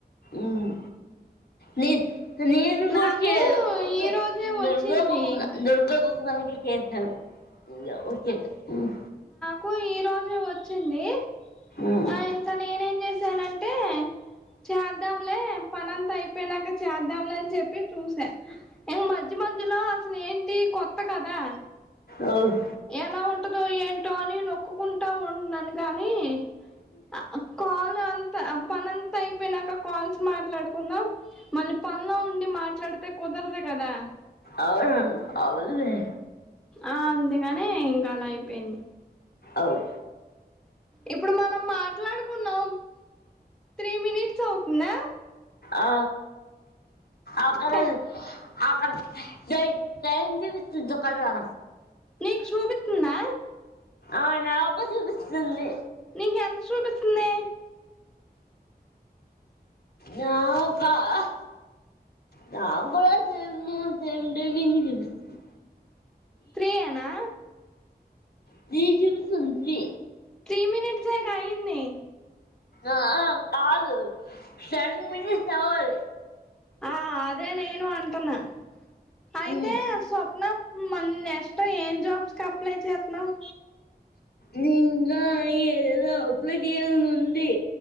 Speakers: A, on the left; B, in the centre.
A: ఉమ్ మీర్ నేను గూడా
B: నాకు
A: చేయలే దు
B: ఈ రోజే వచ్చింది
A: దుర్గ ఒక దుర్గ ఒక్కదానికే చేసాను. ఇల ఓకే ఉమ్
B: కు ఈ రోజు వొచ్చింది
A: ఉమ్
B: ఆ ఇంకా నేనే ఏంజేసానంటే చద్దాంలే పనంత అయిపోయినంక చద్దాంలే అని చెప్పి చూసా ఇం మధ్య మధ్యలో అసలేంటి కొత్త కదా
A: ఉమ్ అవును అవును
B: ఎలా ఉంటదో ఏంటో అని నొక్కుకుంటా ఉన్నాను గాని అ ఆ కాల్లో అంతా పనంత ఐపేయినాక కాల్స్ మాట్లాడుకుందాం. మళ్ళి పన్లో ఉండి మాట్లాడితే కుదరదు కదా.
A: అవున్ అవలులే
B: ఆ అందుకనే ఇంక అలా అయిపేంది.
A: అవ్
B: ఇప్పుడు మనం మాట్లాడుకున్నాం. త్ర్రి మినిట్స్ అవుతుందా?
A: ఆ అక్కడ
B: టె
A: ద్ అక్కడ డై ట్రైన్ చూపిస్తుంది కదరా
B: నీకు శుభిత్తున్నా
A: ఆ నాకు సూబిస్తుంది
B: నీకెంత సూబిస్తుందే
A: నాకా ఆ నాగూడా సేమ్మ్, సేమ్ టైమింగ్ జూపిస్తుంది.
B: త్రీయేనా
A: త్రీ శుపిస్తుంది త్రీ
B: త్రీ మినెట్స్ గ అయింది.
A: ఆ అ కాదు టెన్ మినిట్స్ అవ్వాలి.
B: ఆ అదే నేను అంటున్నా అయితే
A: ఉమ్,
B: స్వప్న మ్ మన్నెస్టు ఏం జాబ్స్ కు అప్లై చేత్తున్నావ్?
A: నింగాయ్ ఏదేదో అప్లై జేయాలని ఉంది.